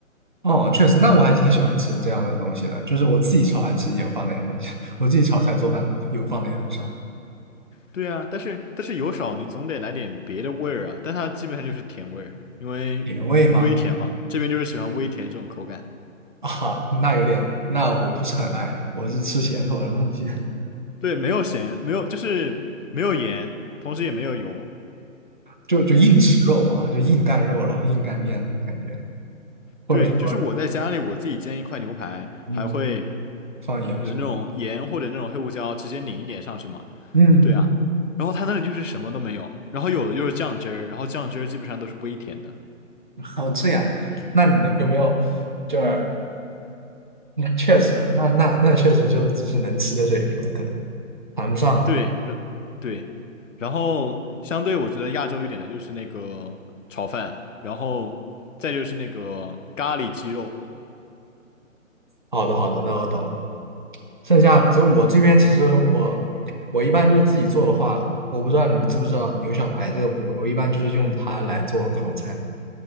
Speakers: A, on the right; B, on the left.
A: 哦，确实，那我还挺喜欢吃这样的东西的。就是我自己炒饭其实油放的也很少，<laughs> 我自己炒菜做饭油放的也很少。
B: 对啊，但是但是油少，你总得来点别的味儿啊。但它基本上就是甜味儿，因为微甜嘛，
A: 甜味吗？
B: 这边就是喜欢微甜这种口感。
A: 啊，那有点，那我不是很爱，我是吃咸口的东西，
B: 对，没有咸，没有就是没有盐，同时也没有油。
A: <laughs> 就就硬吃肉嘛，就硬干肉，然后硬干面那种感觉，或者说，
B: 对，就是我在家里我自己煎一块牛排，
A: 嗯，
B: 还会
A: 放盐什么，
B: 有那种盐或者那种黑胡椒直接拧一点上去嘛。
A: 嗯，
B: 对啊，然后它那里就是什么都没有，然后有的就是酱汁儿，然后酱汁儿基本上都是微甜的。
A: 哦，这样，那你呢有没有就是那确实，那那那确实就是只是能吃的水平了，可能谈不上。
B: 对，然对，然后相对我觉得亚洲一点的就是那个炒饭，然后再就是那个咖喱鸡肉。
A: 好的，好的，那我懂了。剩下就我这边，其实我我一般就是自己做的话，我不知道你知不知道牛小排这个部位，我一般就是用它来做各种菜。